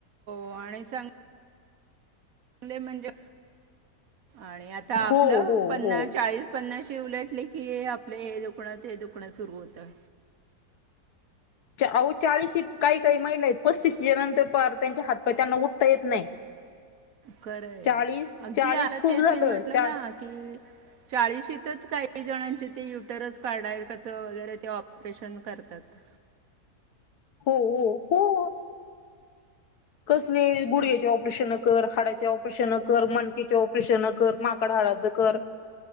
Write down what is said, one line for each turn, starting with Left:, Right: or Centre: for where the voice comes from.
Right: हो आणि चांग चांगले म्हणजे आणि आता
Left: हो
Right: आपलं
Left: हो
Right: पन्नास
Left: हो
Right: चाळीस पन्नास उलटले की आपले हे दुखणं ते दुखणं सुरू होतं
Left: अहो चाळीस काही काही महिला आहेत पस्तीसच्यानंतर पार त्यांच्या हात पाय त्यांना उठता येत नाही
Right: खरंय
Left: चाळीस
Right: अगदी
Left: चाळीस
Right: आता
Left: खूप
Right: तेच
Left: झालं
Right: मी म्हटल
Left: चा
Right: ना कि चाळीशीतच काही जणांचे ते युटरस काढायचं आहे त्याच वगैरे ते ऑपरेशन करतात
Left: हो हो हो कसले गुढघ्याची
Right: कि
Left: ऑपरेशन कर हाडा ऑपरेशन कर मणकेच्या ऑपरेशन कर माकड हाडाचकर